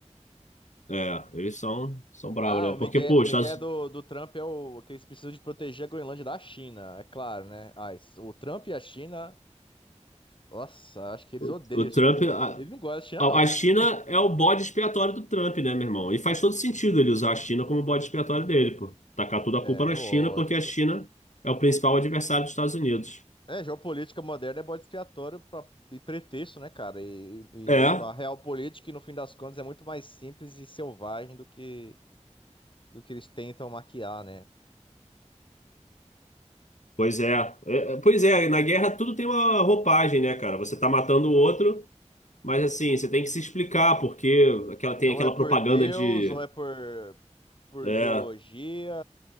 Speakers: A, on the left (about 80°); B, on the left (about 45°).
A: É, eles são, são bravos,
B: Ah,
A: né?
B: o
A: Porque,
B: Miguel,
A: pô,
B: o
A: os
B: Miguel
A: Estados,
B: do, do Trump é o que eles precisam de proteger a Groenlândia da China, é claro, né? Ah, isso- o Trump e a China, nossa, acho que eles
A: o,
B: odeiam
A: o
B: a China.
A: Trump.
B: Ele
A: A,
B: ele não gosta da China,
A: a
B: não,
A: a
B: cara.
A: China é o bode expiatório do Trump, né, meu irmão? E faz todo sentido ele usar a China como bode expiatório dele, pô. Tacar toda
B: É,
A: a culpa na
B: lógico.
A: China, porque a China é o principal adversário dos Estados Unidos.
B: É, geopolítica moderna é bode expiatório pra, e pretexto, né, cara? E, e
A: É,
B: a real política, no fim das contas, é muito mais simples e selvagem do que, do que eles tentam maquiar, né?
A: pois é. É, é, Pois é, na guerra tudo tem uma roupagem, né, cara? Você tá matando o outro, mas assim, você tem que se explicar, porque aquela, tem
B: Ou
A: aquela
B: é por
A: propaganda
B: Deus,
A: de.
B: ou é por, por
A: É,
B: ideologia,